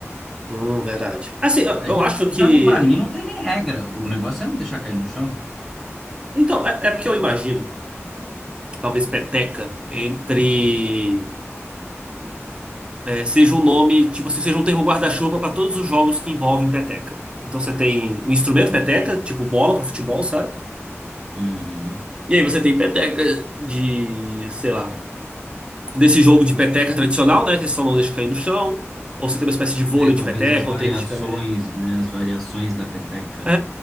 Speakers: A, on the right; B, in the centre.
A: Hum, verdade.
B: A
A: Assim, eu, eu
B: a gente,
A: acho
B: já
A: que.
B: não, para mim, não tem nem regra. O negócio é não deixar cair no chão.
A: Então, é, é porque eu imagino, talvez peteca entre. é, seja um nome, tipo assim, seja um termo guarda-chuva para todos os jogos que envolvem peteca. Então você tem o instrumento
B: Uhum.
A: peteca, tipo bola para futebol, sabe?
B: Uhum.
A: E aí você tem peteca de, sei lá, desse
B: De
A: jogo
B: pé,
A: de peteca tradicional, né? Que só não deixa cair no chão. Ou você tem uma espécie de
B: né,
A: vôlei de
B: talvez
A: peteca,
B: as variações,
A: ou tênis de peteca.
B: né, as variações da peteca,
A: É,